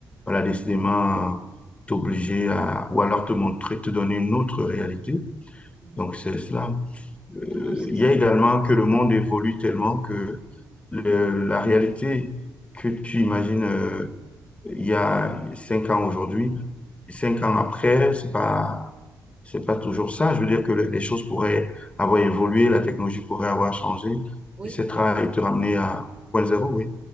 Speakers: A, on the left; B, on the right.
A: voilà, décidément euh, t'obliger à, ou alors te montrer, te donner une autre réalité.
B: Mm.
A: Donc, c'est cela. Euh,
B: Mm. Non, c'est
A: il
B: ça.
A: y a également que le monde évolue tellement que le- la réalité que tu imagines euh, il y a cinq ans aujourd'hui, cinq ans après, c'est pas, c'est pas toujours ça. Je veux dire que le- les choses pourraient avoir évolué, la technologie pourrait avoir changé,
B: Oui,
A: et etc.
B: c'est
A: et te ramener à point zéro, oui.